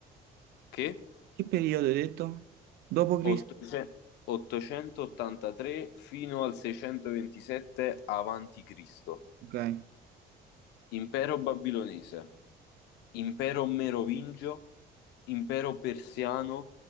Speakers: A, on the left; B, on the right.
A: Che?
B: Che periodo hai detto? Dopo Cristo?
A: 800 883 fino al 627 avanti Cristo,
B: Ok.
A: impero babilonese, impero merovingio, impero persiano,